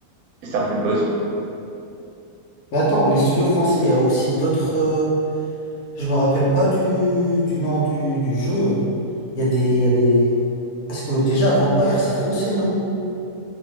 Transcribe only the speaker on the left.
Mais attends, les studios français, il y a aussi d'autres... euh, Je me rappelle pas du, du nom du, du jeu. Il y a des, il y a des... Est-ce que déjà, Vampire, c'est français, non?